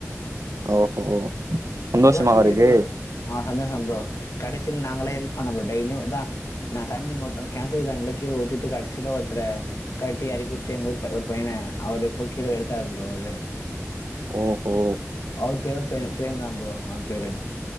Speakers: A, on the right; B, on the left.
A: ஓஹோ சந்தோஷமா
B: ப்ரோ நீங்க
A: அவருக்கு
B: எப்டி ப்ரோ ஆ சந்தோஷம் ப்ரோ கடைசில நாங்கல்லா ஹெல்ப் பண்ணோ ப்ரோ டெய்லியுதா நா தண்ணி மொத்த கெணத்து தண்ணில கீழ ஊத்திட்டு கடசில ஒர்த்தற கட்டி எறக்கி வுட்டு எங்க ஊர்ப் ஒரு பயன அவரு புட்கிடு எடுத்தாரு ப்ரோ அவ்ரு
A: ஓஹோ
B: அவர் பேர் பிரேம் பிரேம் தா ப்ரோ அவர் பேரு